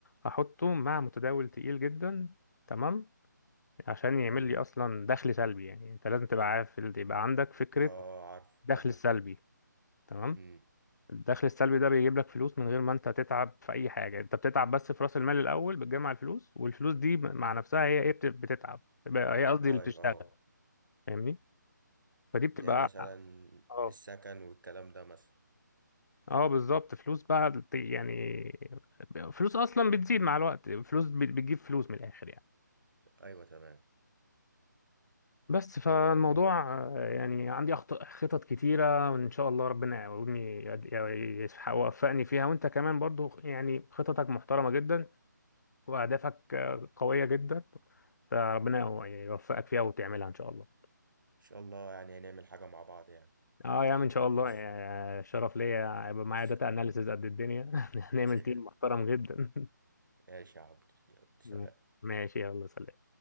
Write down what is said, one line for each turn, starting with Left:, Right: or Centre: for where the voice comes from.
Left: هحطه مع متداول تقيل جدا تمام عشان
Right: مم.
Left: يعمل لي اصلا دخل سلبي يعني انت لازم تبقى عارف يبقى عندك فكرة
Right: اه عارف
Left: دخل
Right: بقى
Left: سلبي تمام
Right: امم
Left: الدخل السلبي ده بيجيب لك فلوس من غير ما انت تتعب في اي حاجة انت بتتعب بس في راس المال الاول بتجمع الفلوس والفلوس دي مع نفسها هي ايه بت- بتتعب هي قصدي
Right: ايوه
Left: اللي بتشتغل
Right: اه
Left: فاهمني فدي بتبقى
Right: زي مثلا
Left: اه
Right: السكن والكلام ده مثلا
Left: اه بالظبط فلوس بقى بت- يعني فلوس اصلا بتزيد مع الوقت فلوس بت- بتجيب فلوس من الاخر يعني
Right: ايوه تمام
Left: بس فالموضوع
Right: مو ان
Left: آه، يعني عندي أخط- خطط كتيرة وإن شاء الله ربنا يعاوني يد- يسح- يوفقني فيها وأنت كمان برضو يعني خططك محترمة جدا وأهدافك آه، قوية جدا فربنا يو- يوفقك فيها وتعملها إن شاء الله
Right: شاء الله يعني هنعمل حاجه مع بعض يعني
Left: اه يا عم ان شاء
Right: ماشي
Left: الله آه، شرف ليا هيبقى معايا
Right: س-
Left: داتا اناليسز قد الدنيا <laughs> هنعمل
Right: <laughs>
Left: تيم محترم جدا
Right: ماشي يا عبد يلا سلام
Left: <laughs> ماشي يلا سلام